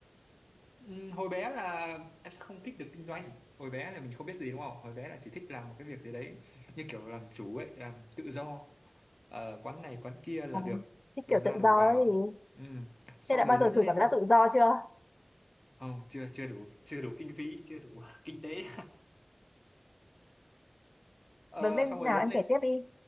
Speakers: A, on the left (about 35°); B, on the left (about 55°).
A: Ừm, hồi bé là em sẽ không thích được kinh doanh hồi bé là mình không biết gì đúng không hồi bé là chỉ thích làm một cái việc gì đấy như kiểu làm chủ ấy làm tự do Ờ, quán này quán kia là
B: Ờ,
A: được
B: thích
A: đầu
B: kiểu
A: ra
B: tự
A: đầu
B: do
A: vào
B: ấy thì
A: Ừm, xong
B: thế đã
A: rồi
B: bao
A: lớn
B: giờ thử
A: lên
B: cảm giác tự do chưa
A: không chưa chưa đủ chưa đủ kinh phí chưa đủ <laughs> kinh tế Ờ,
B: lớn lên
A: xong
B: như
A: rồi
B: nào
A: lớn
B: em
A: lên
B: kể tiếp đi